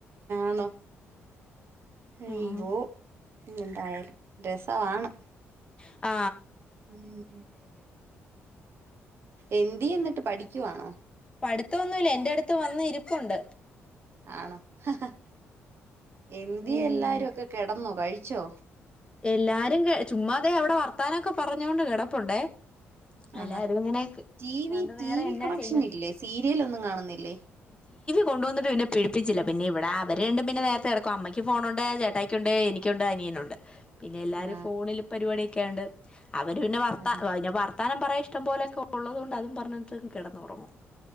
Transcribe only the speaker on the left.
ആഹ്
ആ
പഠിത്തം ഒന്നുഇല്ല എൻ്റെ അടുത്ത് വന്ന് ഇരിപ്പുണ്ട്
ഉം
എല്ലാരും ചുമ്മാതെ അവിടെ വർത്താനൊക്കെ പറഞ്ഞോണ്ട് കിടപ്പുണ്ടേ എല്ലാരും
ഇങ്ങനെ അല്ലാണ്ട്
വേറെ
എന്നാ
ചെയ്യാൻ
കൊണ്ടോന്നിട്ട് പിന്നെ പിടിപ്പിച്ചില്ല പിന്നെ ഇവിടെ അവരണ്ടും പിന്നെ നേരത്തേടക്കും അമ്മയ്ക്ക് ഫോണൊണ്ട് ചേട്ടായക്കൊണ്ട് എനിക്കൊണ്ട് അനിയനൊണ്ട് പിന്നെ എല്ലാരും
ഫോണില് പരിപാടി- ക്കെണ്ട് അവര് പിന്നെ ഭർത്ത
പിന്നെ വ- താനം പറയ ഇഷ്ടം പോലൊക്കെ ഒള്ളതുകൊണ്ട് അതും പറഞ്ഞോടങ്ങ് കെടന്നൊറങ്ങും